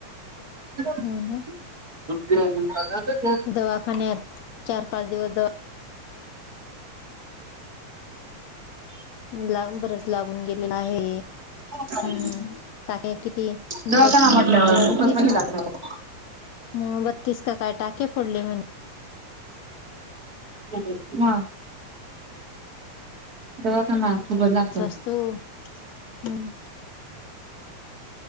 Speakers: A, on the right; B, on the left.
A: <unintelligible>
B: ह ना
A: दु <unintelligible>
B: दवाखान्यात. चार पाच दिवस दवा ला बरच लागून गेलेला आहे.
A: हो का
B: हम्म
A: <unintelligible>
B: टाके किती ब
A: दवाखाना म्हटल्यावर
B: बतीस
A: खूपच पैसे लागतात
B: बत्तीस का काय? टाके पडले म्हणे.
A: ह ह. म. दवाखाना लागतो.
B: सस्तो हम्म.